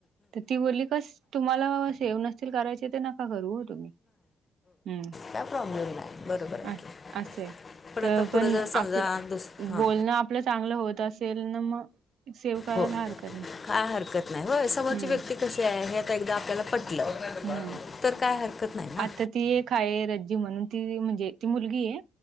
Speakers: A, on the right; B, on the left.
A: तर ती बोलली कस तुम्हाला सेव्ह नसतील कराय इत तर नका करू हो तुम्ही. हम्म.
B: त्या प्रॉ्लेम नाही. बरोबर आहे
A: अस
B: की
A: असे तर
B: आता पुढं
A: पण
B: जर समजा
A: आपलं
B: दुस हां
A: बोलणं आ आपलं चांगलं होत असेल ना मग सेव्ह करायला
B: हो.
A: हरकत नाही
B: काय हरकत नाही. होय समोरची
A: हम्म
B: व्यक्ती कशी आहे हे आता एकदा आपल्याला पटलं
A: हम्म
B: तर काय हरकत नाही ना.
A: आता ती एक आहे रजी म्हणून, म्हणजे ती मुलगी आहे.